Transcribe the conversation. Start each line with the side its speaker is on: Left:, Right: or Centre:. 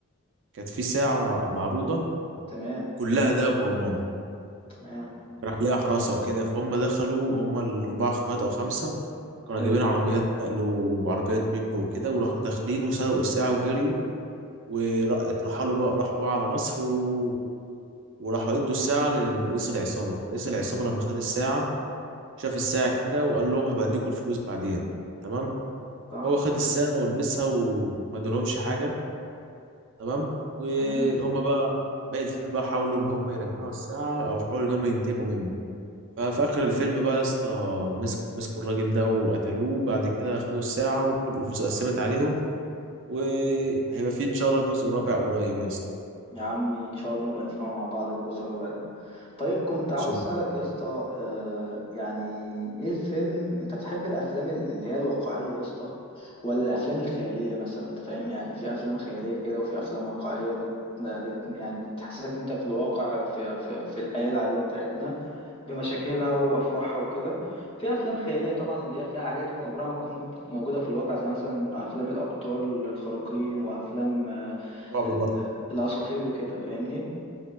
Right: كانت في ساعة مع- معروضة
Left: تمام
Right: كلها دهب والماس
Left: تمام
Right: كان عليها حراسة وكده فهم دخلوا وهم الأربعة اخوات أو خمسة كانوا
Left: حلو
Right: جايبين عربيات نقل وعربيات جيب وكده وراحوا داخلين وسرقوا الساعة وجريوا واترحلوا بقى راحوا بقى على مصر و... وراحوا ادوا الساعة لرئيس العصابة رئيس العصابة لما خد الساعة شاف الساعة كده وقال لهم هبقى اديكوا الفلوس بعدين تمام
Left: صح
Right: هو خد الساعة ولبسها وما ادالهمش حاجة تمام وهم
Left: تمام
Right: بقى باقي الفيلم بقى حاولوا ان هم يرجعوا الساعة او حاولوا ان هم ينتقموا منه ففي اخر الفيلم بقى يا اسطى مسكوا مسكوا الراجل ده وقتلوه بعد كده خدوا الساعة وكل الفلوس اتقسمت عليهم وهيبقى في ان شاء الله جزء رابع قريب يا اسطى
Left: يا عمي ان شاء الله نبقى نسمعه مع بعض الجزء الرابع ده طيب كنت عاوز
Right: عشان
Left: اسالك يا اسطى آه، يعني ايه الفيلم انت بتحب الافلام ال- اللي هي الواقعيه يا اسطى ولا الافلام الخياليه مثلا انت فاهم يعني في افلام خياليه كده وفي افلام واقعيه بت... ما بت... يعني بتحسسك انت في الواقع في... في في الحياه العاديه بتاعتنا بمشاكلها وافراحها وكده في افلام خياليه طبعا اللي هي فيها حاجات عمرها ما تكون موجوده في الواقع زي مثلا افلام الابطال الخارقين وافلام آه،
Right: رعب
Left: ال...
Right: برضه
Left: الاساطير وكده فاهمني